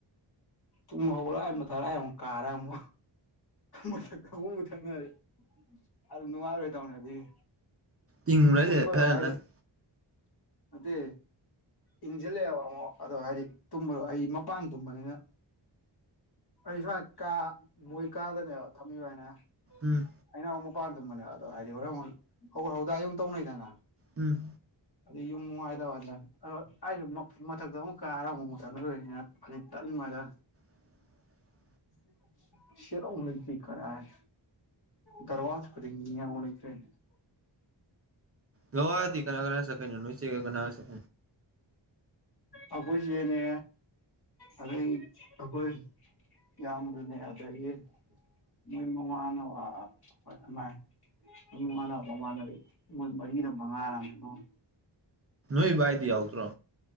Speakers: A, on the left; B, on the right.
A: ꯇꯨꯝ ꯍꯧꯒꯠꯂꯥꯢ ꯃꯊꯛꯔꯥꯢ ꯑꯃꯨꯛ ꯀꯥꯔꯥ ꯑꯃꯨꯛ ꯃꯊꯛꯇ ꯑꯃꯨꯛ ꯃꯨꯊꯛꯅꯔ ꯑꯗꯨ ꯅꯨꯡꯉꯥꯏꯔꯣꯏ ꯇꯧꯕꯅꯤ ꯑꯗꯨꯒꯤ
B: ꯏꯪꯕ꯭ꯔꯁꯦ
A: ꯇꯨꯝꯕ
B: ꯐꯖꯅ
A: ꯗ ꯉꯥꯢꯔꯤ ꯅꯠꯇꯦ ꯏꯪꯁꯤꯜꯂꯛꯑꯦꯕ ꯑꯃꯨꯛ ꯑꯗꯣ ꯍꯥꯏꯗꯤ ꯇꯨꯝꯕꯗꯣ ꯑꯩ ꯃꯄꯥꯟ ꯇꯨꯝꯕꯅꯤꯅ ꯑꯩ ꯁꯨꯃꯥꯏ ꯀꯥ ꯃꯣꯏ ꯀꯥꯗꯅꯦꯕ ꯊꯝꯃꯤꯕ ꯍꯥꯏꯅꯦ ꯍꯥꯏ
B: ꯎꯝ
A: ꯑꯩꯅ ꯑꯃꯨꯛ ꯃꯄꯥꯟ ꯇꯨꯝꯕꯅꯦꯕ ꯑꯗꯣ ꯍꯥꯏꯗꯤ ꯍꯣꯔꯦꯟ ꯑꯃꯨꯛ ꯍꯧꯒꯠ ꯍꯧꯗ ꯑꯗꯨꯝ ꯇꯧꯅꯩꯗꯅ
B: ꯎꯝ
A: ꯑꯗꯨ ꯌꯨꯝ ꯅꯨꯡꯉꯥꯏꯗꯕꯂ ꯑꯗ ꯑꯩꯁꯨ ꯃꯊꯛꯇ ꯑꯃꯨꯛ ꯀꯥꯔ ꯑꯃꯨꯛ ꯃꯊꯛꯇ ꯂꯣꯏ ꯇꯜꯕ ꯑꯗ
B: <inaudible>
A: <inaudible> ꯁꯦꯔꯥꯎꯅꯁꯤ ꯀꯗꯥꯢ ꯀꯔꯣꯔ ꯌꯦꯡꯅꯤꯡꯉꯥꯢ ꯑꯝꯕꯥꯎ ꯂꯩꯇ꯭꯭ꯔꯦꯅꯦ <unintelligible>
B: ꯂꯣꯋꯥꯗꯤ ꯀꯅꯥ ꯀꯅꯥ ꯆꯠꯇꯣꯏꯅꯣ ꯅꯣꯏꯆꯦꯒ ꯀꯅꯥ ꯆꯠ
A: ꯑꯩꯈꯣꯏꯁꯦꯅꯦ ꯑꯗꯩ ꯑꯩꯈꯣꯏ ꯏꯌꯥꯝꯕꯗꯨꯅꯦ ꯑꯗꯒꯤ ꯃꯣꯏ ꯃꯃꯥꯅ ꯋꯥ ꯍꯣꯏ ꯑꯃꯥꯢ ꯃꯃꯥꯟꯅ ꯃꯃꯥꯟꯅꯕꯤ ꯃꯣꯏ ꯃꯔꯤꯔ ꯃꯉꯥꯔ ꯁꯨꯕꯅꯤ
B: ꯅꯣꯏ ꯏꯕꯥꯏꯗꯤ ꯌꯥꯎꯗ꯭ꯔꯣ